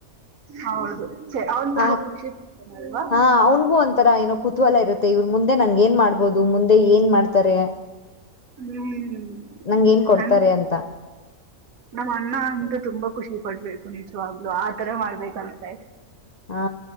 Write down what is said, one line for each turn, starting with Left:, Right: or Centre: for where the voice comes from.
Right: ಹೌದು ಸರಿ ಅವನ್ ತುಂಬಾ
Left: ಆ
Right: ಖುಷಿ ಅಲ್ವಾ
Left: ಹಾ ಅವನ್ಗೂ ಒಂಥರ ಏನೋ ಕುತೂಹಲ ಇರುತ್ತೆ ಮತ್ತೆ ಇವ್ರ ಮುಂದೆ ನಂಗ ಏನ್ ಮಾಡ್ಬೋದು ಮುಂದೆ ಏನ್ ಮಾಡ್ತಾರೆ
Right: ಹ್ಮ್್ಮ
Left: ನಂಗ ಏನ್ ಕೊಡ್ತಾರೆ ಅಂತ
Right: ನಮ್ಮ ಅಣ್ಣ ಅಂತ ತುಂಬಾ ಖುಷಿ ಪಡ್ಬೇಕು ನಿಜವಾಗ್ಲುೂ ಆತರ ಮಾಡ್ಬೇಕ ಅಂತತ
Left: ಹಾ